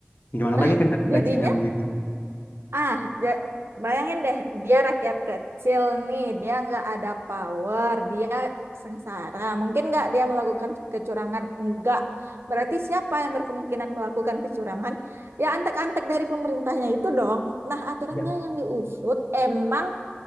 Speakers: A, on the left; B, on the right.
A: Gimana
B: nah
A: lagi kan dari seleksinya
B: jadinya
A: begitu.
B: Ah, ja- bayangin deh, dia rakyat kecil nih, dia nggak ada power, dia sengsara. Mungkin nggak dia melakukan kecurangan? Enggak. Berarti siapa yang berkemungkinan melakukan kecurangan? Ya antek-antek dari pemerintahnya itu dong. Nah, aturannya
A: Ya,
B: yang diusut emang